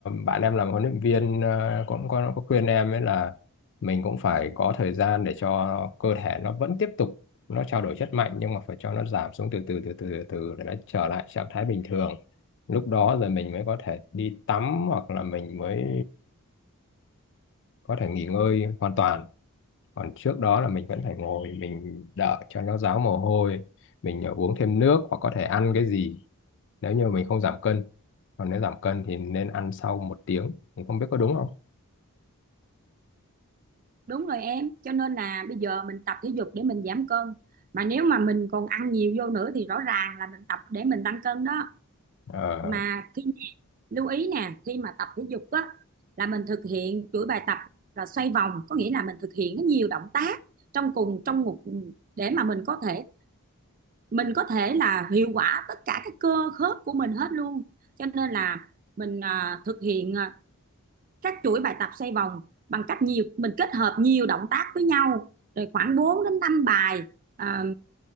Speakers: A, on the left (about 55°); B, on the right (about 40°).
A: bạn em làm huấn luyện viên ờ, cũng có, có khuyên em ấy là mình cũng phải có thời gian để cho cơ thể nó vẫn tiếp tục nó trao đổi chất mạnh nhưng mà phải cho nó giảm xuống từ từ từ từ từ từ để nó trở lại trạng thái bình thường lúc đó rồi mình mới có thể đi tắm hoặc là mình mới có thể nghỉ ngơi hoàn toàn còn trước đó là mình vẫn phải ngồi mình đợi cho nó ráo mồ hôi mình ờ, uống thêm nước hoặc có thể ăn cái gì nếu như mình không giảm cân còn nếu giảm cân thì nên ăn sau một tiếng mình không biết có đúng không
B: Đúng rồi em, cho nên là bây giờ mình tập thể dục để mình giảm cân. Mà nếu mà mình còn ăn nhiều vô nữa thì rõ ràng là mình tập để mình tăng cân đó.
A: ờ.
B: Mà khi lưu ý nè, khi mà tập thể dục á là mình thực hiện chuỗi bài tập là xoay vòng, có nghĩa là mình thực hiện nó nhiều động tác trong cùng trong một để mà mình có thể mình có thể là hiệu quả tất cả các cơ khớp của mình hết luôn. Cho nên là mình à, thực hiện à, các chuỗi bài tập xoay vòng bằng cách nhiều mình kết hợp nhiều động tác với nhau rồi khoảng bốn đến năm bài à,